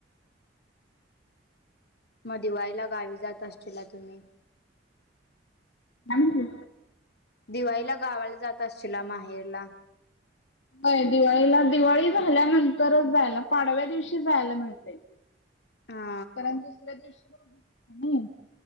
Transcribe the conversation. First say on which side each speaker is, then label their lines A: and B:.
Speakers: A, on the left; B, on the left.
A: मग दिवाळीला गावी जात असतील ना तुम्ही.
B: नाही की
A: दिवाळीला गावाला जात असशीला माहेरला?
B: होय दिवाळीला दिवाळी झाल्यानंतरच जायला पाडव्या दिवशी जायला मिळते.
A: हा
B: परंतु सुधव सुर